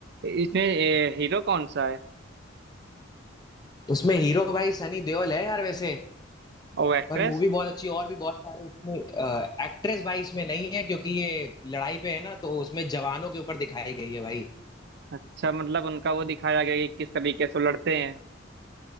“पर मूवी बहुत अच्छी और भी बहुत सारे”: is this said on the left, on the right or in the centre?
Left